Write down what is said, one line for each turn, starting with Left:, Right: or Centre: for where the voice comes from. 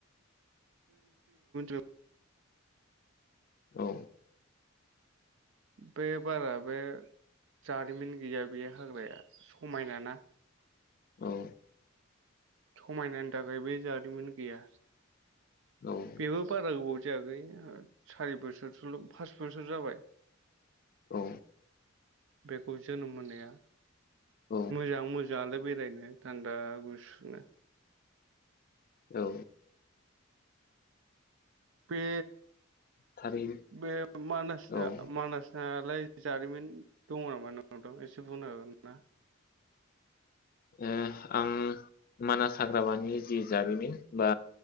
Right: <unintelligible> <unintelligible>
Left: औ
Right: बे बारा बे जारिमिन गैया बे हाग्राया खमायना ना
Left: औ
Right: समायनानि थाखाय बे जारिमिन गैया।
Left: औ
Right: बेबो बारा गोबाव जायाखै ओ सारि बोसोरसोल फास बोसोर जाबाय।
Left: औ
Right: बेखौ जोनोम मोननाया
Left: औ
Right: मोजां मोजाङालाय बेरायनो थान्दा गुसुनो
Left: औ
Right: बेे
Left: थारैनो
Right: बे मानासा
Left: औ ओ
Right: मानास आलाय जारिमिन दङ नामा नोंथां एसे बुंनो हागोना
Left: ओ आं मानास हाग्रामानि जि जारिमिन बा